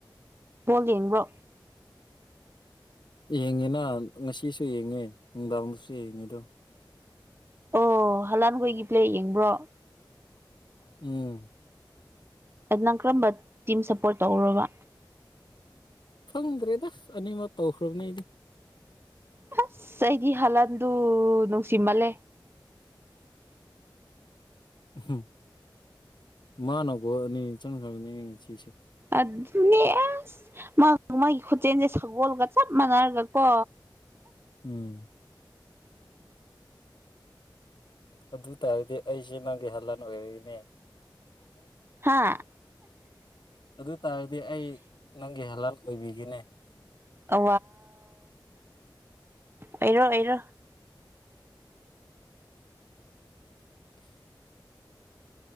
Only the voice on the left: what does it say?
ꯌꯦꯡꯉꯦꯅ ꯉꯁꯤꯁꯨ ꯌꯦꯡꯉꯦ ꯅꯨꯡꯗꯥꯡꯗꯁꯨ ꯌꯦꯡꯉꯦ ꯗꯣ
ꯎꯝ
ꯈꯪꯗ꯭ꯔꯦꯗꯁ ꯑꯅꯤꯃꯛ ꯇꯧꯈ꯭ꯔꯕꯅꯦ ꯑꯩꯗꯤ
ꯎꯝ ꯃꯥꯅꯀꯣ ꯑꯅꯤ ꯆꯪꯈ꯭ꯔꯕꯅꯤ ꯉ ꯁꯤꯁꯦ
ꯎꯝ ꯑꯗꯨ ꯇꯥꯔꯗꯤ ꯑꯩꯁꯦ ꯅꯪꯒꯤꯍꯥꯟ ꯂꯥꯟ ꯑꯣꯏꯔꯛꯏꯅꯦ
ꯑꯗꯨ ꯇꯥꯔꯗꯤ ꯑꯩ ꯅꯪꯒꯤ ꯍꯦꯜꯂꯞ ꯂꯩꯕꯤꯈꯤꯅꯦ
<unintelligible>